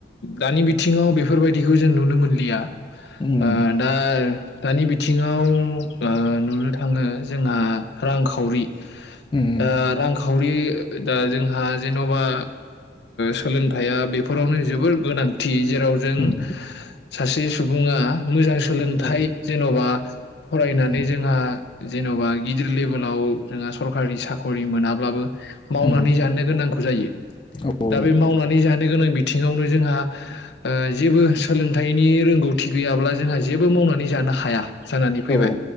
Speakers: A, on the left; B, on the left.
A: दानि बिथिङाव बेफोरबायदिखौ जों नुनो मोनलिया ओ
B: उम
A: दा दानि बिथिङाव ओ नुनो थाखाय। थाङो जोंहा रांखावरि दा
B: उम
A: ओ रांखावरि दा जोंहा जेनबा सोलोंथाइया बेफोरावनो जोबोर गोनांथि जेराव जों
B: उम
A: सासे सुबुङा मोजां सोलोंथाइ
B: औ
A: जेनबा फरायनानै
B: उम
A: जोंहा जेनबा गिदिर लेभेलाव जोंहा सरकारि साखरि मोनाब्लाबो मावनानै
B: उम
A: जानो गोनांखौ जायो
B: औ
A: दा बे मावनानै जानो गोनां बिथिङावनो जोंहा जेबो सोलोंथाइनि रोंगौथि गैयाब्ला जोंहा जेबो मावनानै जानो हाया जानानै फैबाय
B: औ